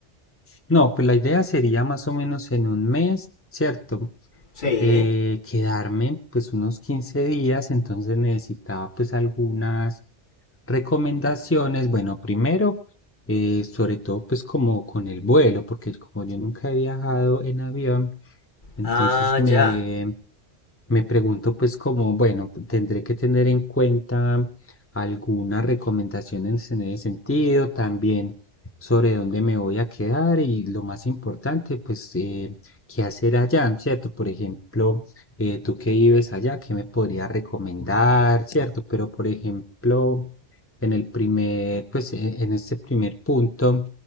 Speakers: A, on the left (about 15°); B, on the left (about 50°).
A: No, pues la idea sería más o menos en un mes, ¿cierto?
B: Sí.
A: Eh, quedarme, pues, unos 15 días, entonces necesitaba, pues, algunas Recomendaciones, bueno, primero, eh, sobre todo pues como con el vuelo, porque como yo nunca he viajado en avión, entonces
B: Ah,
A: me,
B: ya.
A: me pregunto pues como, bueno, tendré que tener en cuenta algunas recomendaciones en ese sentido, también sobre dónde me voy a quedar y lo más importante, pues, eh, qué hacer allá, ¿cierto? Por ejemplo, eh, tú que vives allá, ¿qué me podrías recomendar, ¿cierto? Pero, por ejemplo, en el primer, pues, e- en este primer punto.